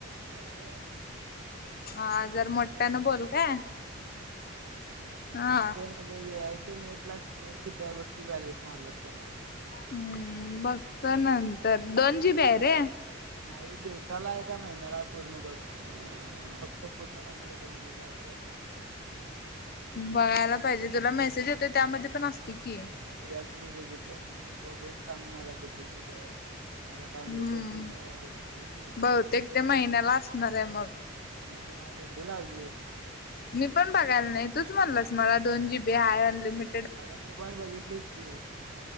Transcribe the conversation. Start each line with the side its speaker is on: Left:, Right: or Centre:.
Right: हा हॅलो
Left: हा जर मोठ्यान
Right: अगं ते
Left: बोल क्य हा
Right: अ वी आयच नेट ला नेट किती आहे बक्की बॅलन्स मारला त्याला
Left: हम्म बघतो नंतर दोन जीबी आहे रे.
Right: नाही दिवसाला आहे का महिन्याला आहे पूर्ण बघ. फक्त पूर्ण महिन्याचा दोन दिव जास्त
Left: बघायला पाहिजे तुला मेसेज येतो त्यामध्ये पण असते की.
Right: तर आत मी बघितलो नीट तू बघून सांग मला किती जी बी आहे मला
Left: हम्म
Right: काय नेटच येईना झालय संपल की एका दिवसात
Left: बहुतेक
Right: नेट
Left: ते महिन्याला असणार आहे मग
Right: मग तु मला गंडी लावलीस
Left: मी पण बघायला नाही तूच म्हणलास मला दोन जी बी हाय अनलिमि
Right: हा मग तू पण बघितलीस की